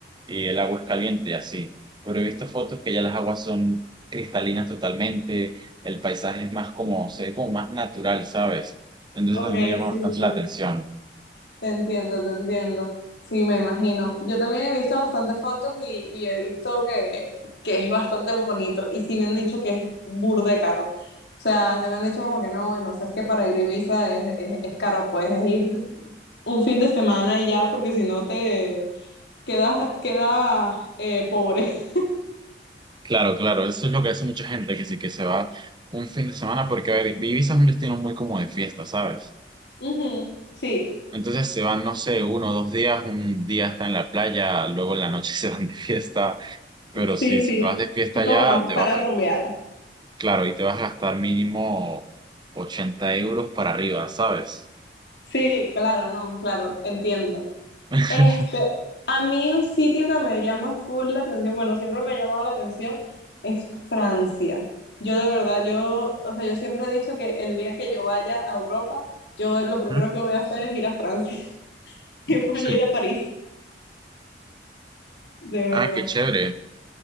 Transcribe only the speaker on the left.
ok,
sí,
sí, sí.
Te entiendo, te entiendo. Sí, me imagino. Yo también he visto bastantes fotos y, y he visto que, que es bastante bonito. Y sí me han dicho que es burde caro. O sea, se me han dicho como que no, bueno, o sea, es que para ir a Ibiza es, es, es caro. Puedes ir un fin de semana y ya, porque si no te quedas, quedas eh, pobre. <laughs>
Ujú, Sí,
sí,
sí.
Es como
más
para
rumbear.
Sí, claro, no, claro, entiendo.
Este, a mí un sitio que me llama full la atención, bueno, siempre me ha llamado la atención, es Francia. Yo de verdad, yo, o sea, yo siempre he dicho que el día que yo vaya a Europa, yo lo primero
que voy a hacer es ir a Francia <laughs> y voy
a ir a París, de verdad.